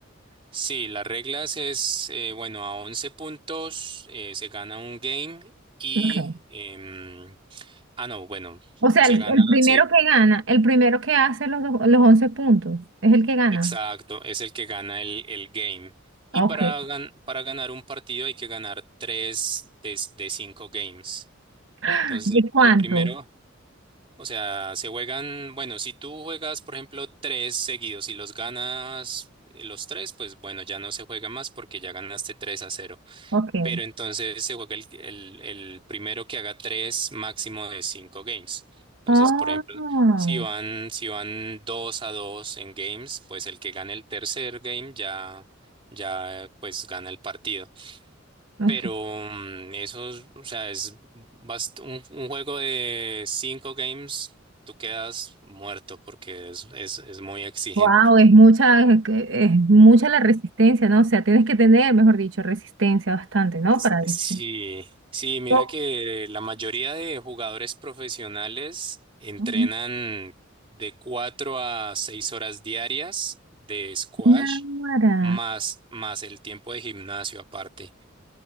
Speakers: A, on the right; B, on the right.
A: Sí, las reglas es, eh, bueno, a 11 puntos eh, se gana un game y...
B: Ok.
A: em, ah, no, bueno,
B: O sea,
A: se
B: el,
A: gana,
B: el primero
A: sí.
B: que gana, el primero que hace los, do- los 11 puntos, es el que gana.
A: Exacto, es el que gana el, el game. Y
B: Ok.
A: para, gan- para ganar un partido hay que ganar tres de, de cinco games.
B: <gasps>
A: Entonces,
B: ¿De
A: el,
B: cuántos?
A: el primero, o sea, se juegan, bueno, si tú juegas, por ejemplo, tres seguidos y los ganas eh, los tres, pues bueno, ya no se juega más porque ya ganaste tres a cero
B: Ok.
A: pero entonces se juega el, el- el primero que haga tres, máximo de cinco games. Entonces,
B: Oh,
A: por ejemplo, si van, si van dos a dos en games, pues el que gane el tercer game ya, ya pues gana el partido.
B: ok.
A: Pero mm, eso, es- o sea, es bast- un, un juego de cinco games, tú quedas muerto porque es, es, es muy exigente.
B: Wow, es mucha, es, que- es mucha la resistencia, ¿no? O sea, tienes que tener, mejor dicho, resistencia bastante, ¿no?
A: Es-
B: Para
A: es-
B: eso.
A: Sí, sí, mira
B: Oh,
A: que la mayoría de jugadores profesionales entrenan
B: ajá.
A: de cuatro a seis horas diarias de squash
B: Náguara.
A: más, más el tiempo de gimnasio aparte,